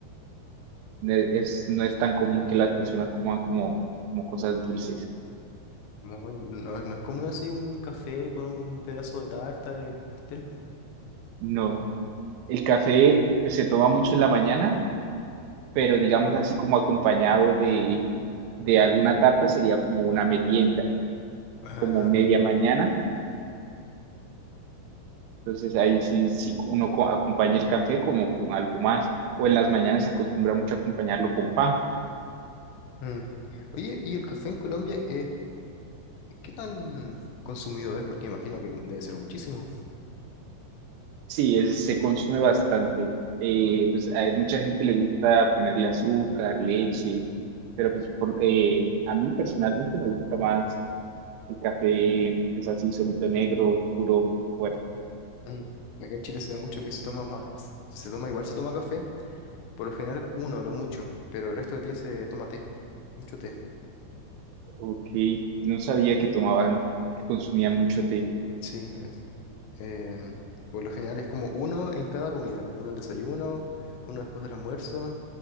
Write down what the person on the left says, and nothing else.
Muy- no, no es como un- así un café con un pedazo de tarta de pastel.
Ah,
no, no
es co-
Mm. Oye, ¿y el café en Colombia es qué tan consumido es? Porque me imagino que debe ser muchísimo.
Mm. Acá en Chile se da mucho que se toma más, se toma igual, se toma café, por lo general uno, lo mucho, pero el resto del día se toma té, mucho té.
Sí, es- em, por lo general es como uno en cada comida, uno al desayuno, uno después del almuerzo,